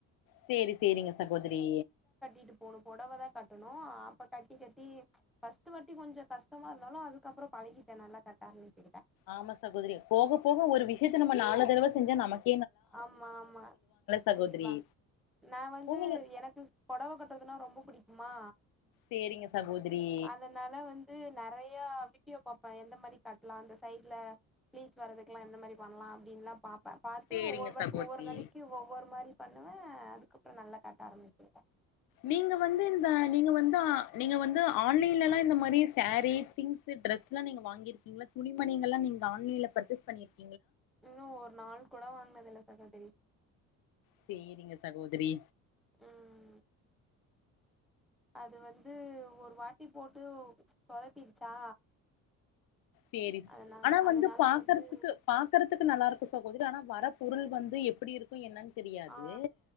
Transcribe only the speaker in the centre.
ட்டு போணும் புடவை தான் கட்டணும் அப்ப கட்டி கட்டி ஸ்ட்டி கொஞ்சம் கஷ்டமா இருந்தாலும் அதுக்கப்புறம் பழகிட்டேன் நல்லா கட்டான்னு வச்சுக்கிட்டேன்
ஆமா ஆமா
கண்டிப்பா நான் வந்து
எனக்கு புடவை கட்டுறதுனா ரொம்ப பிடிக்கும் மா
அதனால வந்து நிறைய வீடியோ பாரேன் எந்த மாதிரி கட்டலாம் இந்த சை்ல பீச் வரதுக்க எாம் எந்த மாதிரி பண்ணலாம் அடின்னுலாம் பாேன்
ஒவ்வொரு
ஒவ்வொரு நாளைக்கு ஒவொரு மாதிரி பண்ணுவேன் அதுக்கப்புறம் நல்ல காட்ட ஆரம்பிச்சன்
இன்னும் ஒரு நாள் கூட வாங்கினது நல்ல சகோதரி
உஹம் அது வந்து ஒரு வாட்டி போட்டு சொதப்பிருச்சா
அதனா
அதனால
வந்து
ஆ